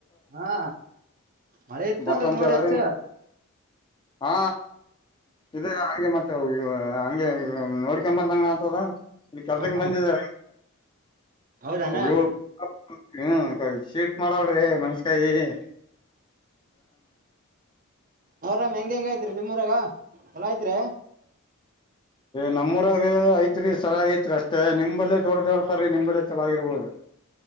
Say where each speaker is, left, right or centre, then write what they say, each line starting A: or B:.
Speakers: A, on the right; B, on the left.
A: ಹಾ ಮಳೆ ಇತ್ತು
B: ಬರ್ತಂತ
A: ಅಂದ್ರೆ ನೋಡಿ
B: ಹೇಳಾರಿ
A: ಅಚ್ಚ
B: ಹಾ ಇ ಹಗೆ <inaudible> ಹಂಗೆ ನೋಡ್ಕೊಂಬಂದಂಗಣ ಆತದ ಇ ಕೆಲ್ಸಂಗ
A: ಹಾ ಹಾ
B: ಬಂದಿದಾರ
A: ಹೌದಾನ
B: ಅ್ಯ ಶೀಡ್ ಮಾಡಳ್ರಿ ಮನ್ಸಕಾಯಿನ
A: ಅವರಾಮ್ ಹೆಂಗ್ ಹೆಂಗ ಐತ್ರಿ ನಿಮ್ಮೂರಾಗ ಎಲಾ ಆಐತ್ರಿ
B: ನಮ್ಮೂರಾಗ ಐತ್ರಿ ಸರಾಗ ಐತ್ರಿ ಅಷ್ಟೇ ನಿಲ್ಲೇ ದೊಡ್ಡ್ದೊಡ್ತಾರೀ ನಿಲ್ಲೇ ಚೆಲಾಗಿರ್ಬೋದು